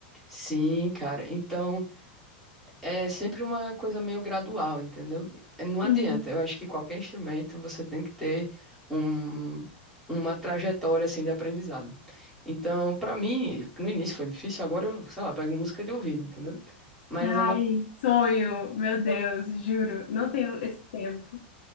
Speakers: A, in the centre; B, on the left.
A: Sim, cara. Então é sempre uma coisa meio gradual, entendeu? É, Não adianta.
B: Hum.
A: Eu acho que qualquer instrumento você tem que ter um, uma trajetória assim de aprendizado. Então, para mim, no início foi difícil, agora eu, sei lá, pego música de ouvido, entendeu? Mas
B: Ai,
A: é uma.
B: sonho, meu Deus, juro, não tenho esse tempo.